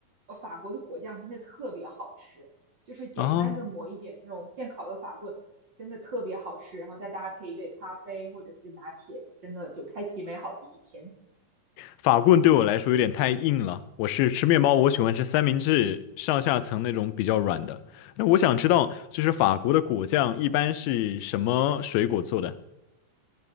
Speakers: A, on the right (about 40°); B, on the left (about 85°).
A: 呃，法国的果酱真的特别好吃，就是简单的抹一点那种现烤的法棍。
B: 啊。
A: 真的特别好吃，然后再搭配一杯咖啡或者是拿铁，真的就开启美好的一天。
B: 法棍对我来说有点太硬了。我是吃面包，我喜欢吃三明治上下层那种比较软的。那我想知道，就是法国的果酱一般是什么水果做的